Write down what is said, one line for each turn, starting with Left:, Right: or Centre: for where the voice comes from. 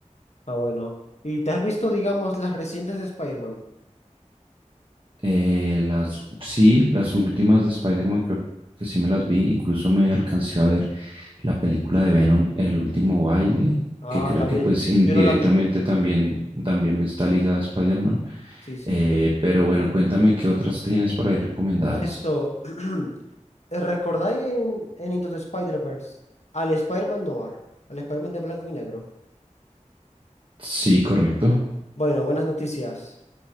Left: Ah, bueno. ¿Y te has visto, digamos, las recientes de Spider-Man?
Right: Eh, las, sí, las últimas de Spider-Man creo que sí me las vi. Incluso me alcancé a ver la película de Venom, El último baile,
Left: Ah,
Right: que creo
Left: está bien.
Right: que pues indirectamente
Left: Yo no la vi.
Right: también, también me está ligada a Spider-Man.
Left: Sí, sí.
Right: Eh, pero bueno, cuéntame qué otras tienes por ahí recomendadas.
Left: Esto, <clears throat> ¿recordáis en, en Into the Spider-Verse al Spider-Man Noir, al Spider-Man de blanco y negro?
Right: Sí, correcto.
Left: Bueno, buenas noticias.